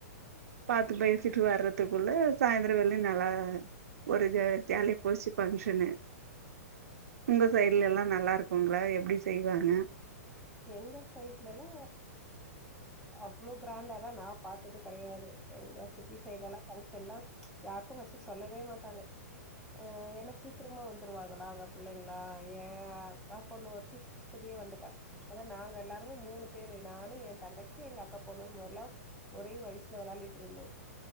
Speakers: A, on the right; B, in the centre.
A: பாத்து பேசிட்டு வர்றதுக்குள்ள சாய்ந்தரோவெல்யு நல்லா ம் ஒரு ஜ ஜாலியா போச்சு ஃபங்க்ஷனு உங்க சைட்லெல்லா நல்லா இருக்குங்ளா எப்டி செய்வாங்க
B: எங்க சைட்லெல்லா அவ்ளோ கிராண்டானா நா பாத்தது கெடயாது எங்க சிட்டி சைட்லெலா ஃபங்க்ஷன்னா யாருக்கு ஃபரஸ்ட்டு சொல்லவே மாட்டாங்க அ ஏனா சீக்கிரமா வந்துருவாங்களா அங்க புள்ளைங்களா ஏ அக்காப்பொண்ணு ஒருத்தி சினியே வந்துட்டா அதா நாங்க எல்லாருமே மூணு பேரு நானு எ தங்கச்சி எங்க அக்கா பொண்ணு வெர்லு ஒரே வயிசுல வெளாடிட் இருந்தோ